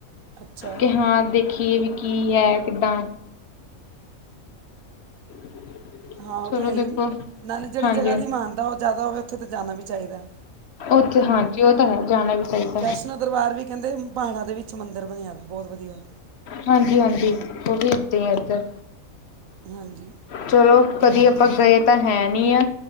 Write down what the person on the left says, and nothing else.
ਕਿ ਹਾਂ ਦੇਖੀਏ ਵੀ ਕੀ ਹੈ ਕਿੱਦਾਂ <inaudible>
ਚਲੋ
ਦੇਖੋ
ਹਾਂਜੀ
ਹਾਂਜੀ
ਓਕੇ ਹਾਂਜੀ ਉਹ ਤਾਂ ਹੈ ਜਾਣਾ ਵੀ ਚਾਹੀਦਾ।
ਹਾਂਜੀ-ਹਾਂਜੀ, ਉਹ ਵੀ ਏਦਾਂ ਹੀ ਆ ਇੱਧਰ,
ਚਲੋ। ਕਦੀ ਆਪਾਂ ਗਏ ਤਾਂ ਹੈਨੀ ਆ।